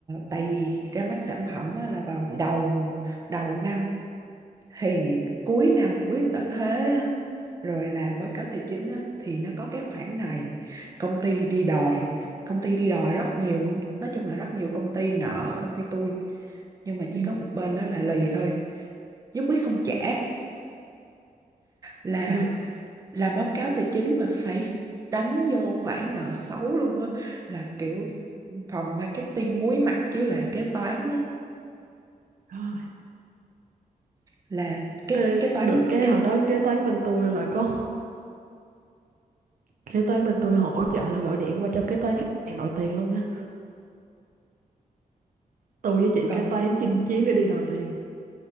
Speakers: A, on the right (about 25°); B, on the right (about 65°).
A: tại vì ra mắt sản phẩm á, là vào đầu đầu năm thì cuối năm quyết toán thuế á, rồi làm báo cáo tài chính á, thì nó có cái khoản này công ty đi đòi công ty đi đòi rất nhiều công- nói chung là rất nhiều công ty nợ công ty tôi nhưng mà
B: ừ,
A: chỉ có một bên đó là lì thôi nhất quyết không trả là
B: được
A: làm báo cáo tài chính mà phải đánh vô khoản nợ xấu luôn á là kiểu phòng marketing muối mặt với lại kế toán á
B: rồi
A: là kế
B: Ê,
A: kế toán
B: được cái
A: kế
B: hồi đó kế toán bên tôi là có kế toán bên tôi hỗ trợ là gọi điện qua cho kế toán khách hàng đòi tiền luôn á tôi với chị
A: còn
B: kế toán chinh chiến để đi đòi tiền